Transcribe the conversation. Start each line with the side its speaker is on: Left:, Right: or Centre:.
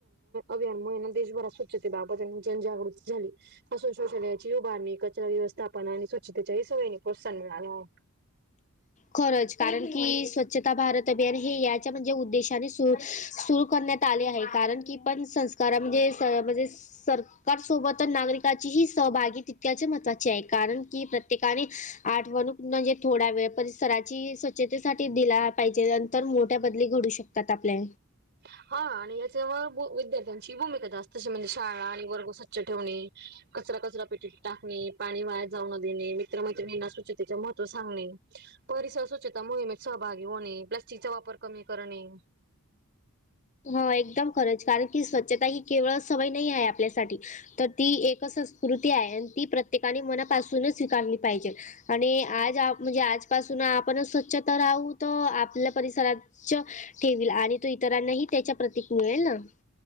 Right: अभियानमुळे ना देशभरात. त्यांचे बाबत त्यां जनजागृती झाली. असं शोषलयाची उभारणी कचरा व्यवस्थापन आणि स्वच्छतेच्या सवयी प्रोत्साहन मिळालं हो.
Left: खरंच कारण की, स्वच्छता भारत अभियान हे याच्या म्हणजे उद्देशाने सुरू सुरू करण्यात आले आहे. कारण की पण संस्कार म्हणजे म्हणजे सरकार सोबतच नागरिकांची ही सहभागी ति त्याचे महत्वाचे आहे. कारण की प्रत्येकाने आठवणूक म्हणजे थोडा वेळापण स्वच्छतेसाठी दिला पाहिजे, नंतर मोठ्या बदली घडू शकतात आपले.
Right: हा आणि याच्यावर विद्यार्थ्यांची भूमिका जास्तशी, म्हणजे शाळा आणि वर्ग स्वच्छ ठेवणे, कचरा कचरा पेटीत टाकणे, पाणी वाया जाऊ न देणे, मित्रमैत्रिणींना स्वच्छतेचे महत्त्व सांगणे. परिसर स्वच्छता मोहिमेत सहभागी होणे, प्लास्टिकचा वापर कमी करणे.
Left: होय एकदम खरंच, कारण की स्वच्छता ही केवळ सवय नाही आहे आपल्यासाठी. तर ती एक संस्कृती आहे, आणि ती प्रत्येकाने मनापासूनच स्वीकारली पाहिजे. आणि आज म्हणजे, आजपासून आपण स्वच्छता राहू, तर आपल्या परिसरात च्छ ठेवील आणि, तो इतरांनाही त्याच्या प्रतीक मिळेलन.